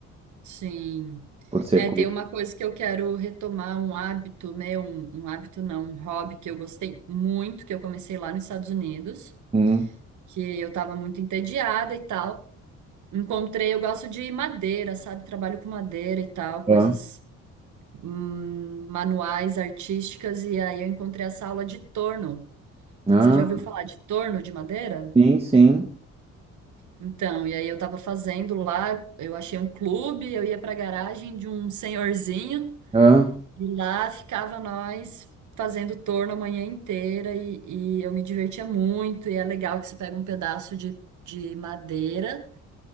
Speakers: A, on the right (about 75°); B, on the right (about 20°).
A: Sim.
B: Por ser
A: É,
B: cru.
A: tem uma coisa que eu quero retomar, um hábito meu, um, um hábito não, um hobby que eu gostei muito, que eu comecei lá nos Estados Unidos,
B: Hum,
A: que eu tava muito entediada e tal. Encontrei, eu gosto de madeira, sabe? Trabalho com madeira e tal, coisas
B: ah,
A: hum, manuais, artísticas, e aí eu encontrei essa aula de torno.
B: ah,
A: Você já ouviu falar de torno de madeira?
B: sim, sim.
A: Então, e aí eu tava fazendo lá, eu achei um clube, eu ia pra garagem de um senhorzinho.
B: Ah,
A: E lá ficava nós fazendo torno a manhã inteira e, e eu me divertia muito. E é legal que você pega um pedaço de, de madeira